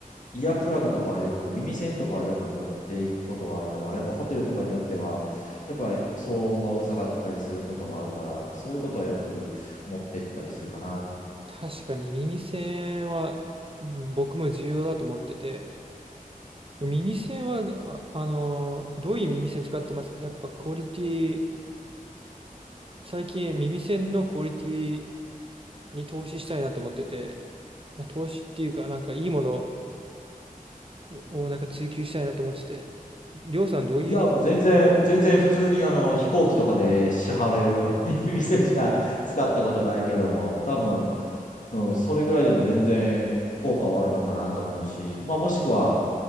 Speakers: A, on the left; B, on the right.
A: イヤープラグとかはよく、耳栓とかはよく持っていくことはあるかな。やっぱホテルとかによっては、やっぱり騒音がうるさかったりすることもあるから、そういうことはよく持ってったりするかな。
B: 確かに耳栓はうん僕も重要だと思ってて、耳栓は、あ、あのーどういう耳栓使ってますかやっぱクオリティ、最近耳栓のクオリティに投資したいなと思ってて、まあ、投資っていうか、なんかいいものををなんか追求したいなと思ってて、りょうさんどういう耳、
A: いや、もう全然、全然普通にあの飛行機とかで支払えるように <laughs> 耳栓しか使ったことないけども、多分、うん、それぐらいでも全然効果はあるのかなと思うし、まあもしくは、